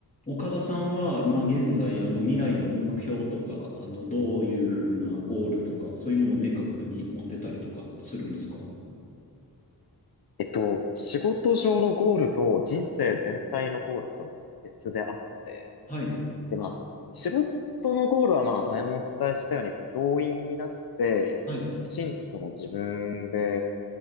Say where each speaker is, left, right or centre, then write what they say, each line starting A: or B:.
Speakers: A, on the left; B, on the left.
A: 岡田さんは今現在、あの未来の目標とか、あのどういうふうなゴールとか、そういうものを明確に持ってたりとかするんですか
B: えっと、仕事上のゴールと人生全体のゴールと多分別であって、
A: はい、
B: で、まあ、仕事のゴールはまあ、前もお伝えしたように、やっぱ教員になって、
A: はい、
B: きちんとその自分で、